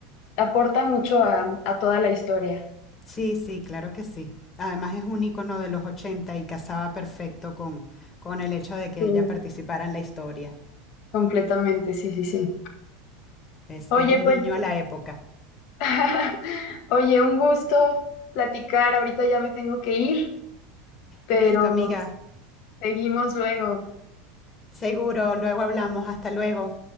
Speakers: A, on the left (about 60°); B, on the left (about 30°).
A: aporta mucho a, a toda la historia.
B: Sí, sí, claro que sí. Además es un icono de los 80 y casaba perfecto con, con el hecho de que
A: Sí,
B: ella participara en la historia.
A: completamente, sí, sí, sí.
B: Es,
A: Oye,
B: es un
A: pues,
B: guiño a la época.
A: <laughs> oye, un gusto platicar. Ahorita ya me tengo que ir, pero
B: Listo, amiga.
A: seguimos luego.
B: Seguro, luego hablamos. Hasta luego.